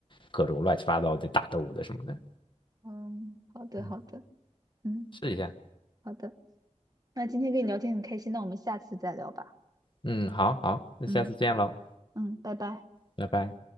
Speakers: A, on the left; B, on the right.
A: 各种乱七八糟的打斗的什么的。
B: 嗯，好的，
A: 嗯，
B: 好的，嗯，
A: 试一下。
B: 好的，那今天跟你聊天很开心，那我们下次再聊吧。
A: 嗯，好好，那下次见喽，
B: 嗯。嗯，拜拜。
A: 拜拜。